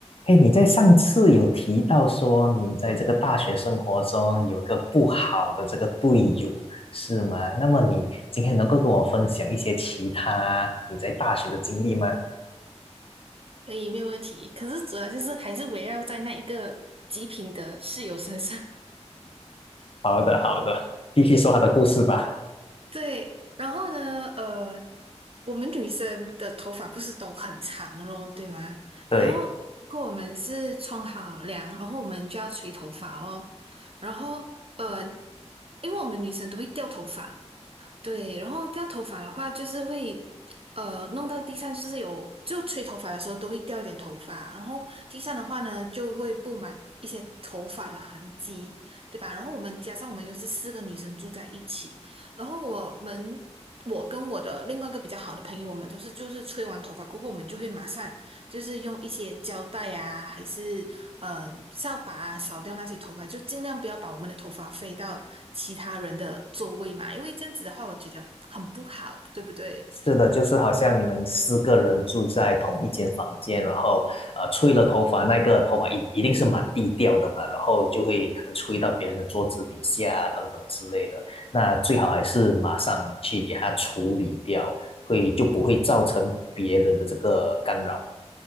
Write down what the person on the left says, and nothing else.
哎，你在上次有提到说你在这个大学生活中有个不好的这个队友，是吗？那么你今天能够跟我分享一些其他你在大学的经历吗？
好的，好的，继续说他的故事吧。
对，
是的，就是好像你们四个人住在同一间房间，然后呃吹了头发，那个头发一一定是满地掉的嘛，然后就会可能吹到别人的桌子底下啊等等之类的。那最好还是马上去给它处理掉，会就不会造成别人的这个干扰。